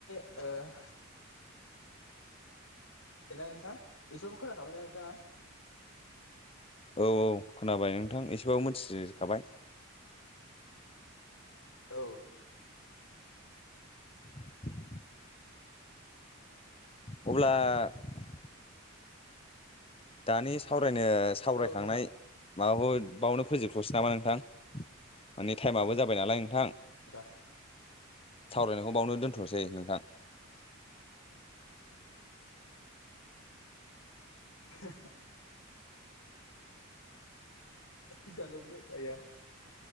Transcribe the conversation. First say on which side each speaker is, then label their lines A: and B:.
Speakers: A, on the left (about 80°); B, on the left (about 25°).
A: ए <unintelligible> नोंथां इसेबो खोनाखाबायनाा नोंथाङा
B: औ औ खोनाबाय नोंथां एसेबाबो मिथिखाबाय।
A: औ।
B: <inaudible> अब्ला - दानि सावरायनो सावरायखांनाय
A: औ नोंथां
B: माबाखौ बावनो फोजोबथ'सै नामा नोंथां माने टाइमाबो जाबाय नालाय नोंथां।
A: आदा <unintelligible>
B: सावरायनायखौ बावनो दोनथ'नोसै नोंथां।
A: <unintelligible> होय दानबाबो जाया आया <unintelligible>